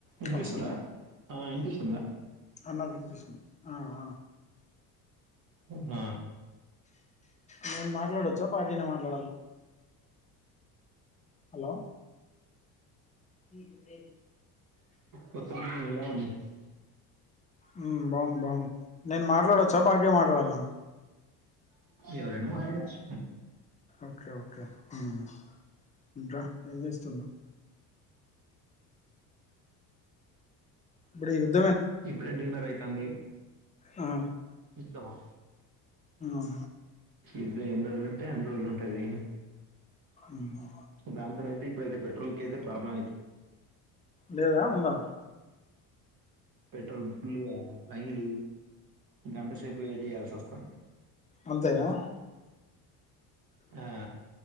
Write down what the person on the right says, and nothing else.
ఇనిపిస్తుందా
ఆ ఇనిపిస్తుందా
ఊహ
కొత్త <inaudible> ఎలా ఉంది
ఎవరైనా మాట్లాడచ్చు
ఇప్పుడే డిన్నర్ అయితాంది
ఇస్తమా
ఇద్ద ఎన్ని రోలు అన్ని రోజులు ఉంటది
దాంతోనైతే ఇప్పుడైతే పెట్రోల్ కి అయితే ప్రాబ్లం అయిత
పెట్రోల్ ఫుల్గా లైన్లు గంటసేపు వేట్ చేయాల్సి వస్తాంది
ఆ